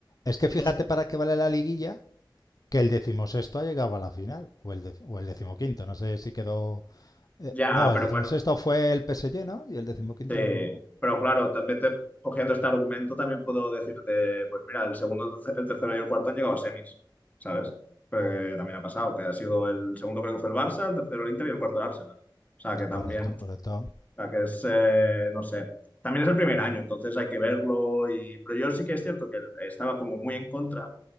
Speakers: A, on the left; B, on the left.
A: Es que
B: no
A: fíjate
B: sé.
A: para qué vale la liguilla que el decimosexto ha llegado a la final, o el, de, o el decimoquinto, no sé si quedó... eh,
B: Ya,
A: no, el
B: pero
A: decimosexto
B: bueno,
A: fue el PSG, ¿no? Y el decimoquinto...
B: Sí, pero claro, también te- cogiendo este argumento también puedo decirte, pues mira, el segundo, el terce- el tercero y el cuarto han llegado a semis, ¿sabes? Porque también ha pasado, que ha sido el segundo creo que fue el Barça, el tercero el Inter y el cuarto el Arsenal. O sea, que también
A: Correcto, correcto.
B: sea, que es, eh, no sé, también es el primer año, entonces hay que verlo. Y... Pero yo sí que es cierto que estaba como muy en contra